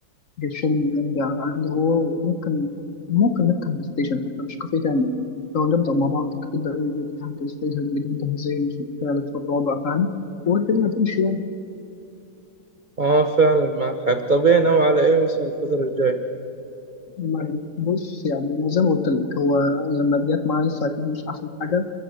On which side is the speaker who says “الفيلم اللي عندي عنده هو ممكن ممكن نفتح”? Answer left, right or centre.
Left